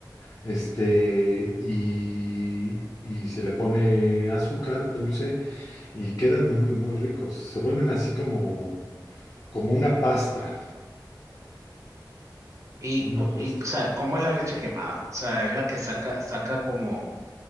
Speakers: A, on the left; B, on the right.
A: Este, y, y se le pone azúcar dulce y quedan muy, muy ricos. Se vuelven así como, como una pasta,
B: Y,
A: como
B: po-
A: una pasta.
B: y, o sea, ¿cómo es la leche quemada? O sea, es la que saca, saca como